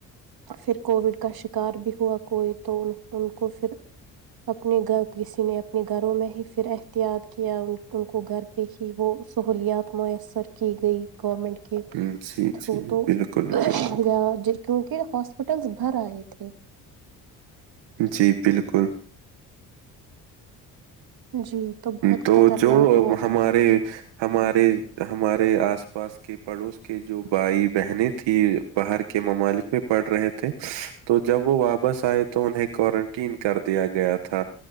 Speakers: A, on the right; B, on the right.
A: پھر کووڈ کا شکار بھی ہوا کوئی تو ان ان کو پھر اپنے گھر کسی نے اپنے گھروں میں ہی پھر احتیاط کیا ان کو گھر پہ ہی وہ سہولیات میسر کی گئی گورمینٹ کے
B: جی جی
A: تھرو تو
B: بالکل بالکل
A: یا جس کیونکہ ہاسپٹلس بھر آئے تھے
B: جی بالکل
A: جی بہت
B: تو
A: خطرناک
B: جو
A: وہ
B: ہمارے ہمارے ہمارے آس پاس کے پڑوس کے جو بھائی بہن تھی باہر کے ممالک میں پڑ رہے تھے تو جب وہ واپس آئے تو انہیں کون یکین کر دیا گیا تھا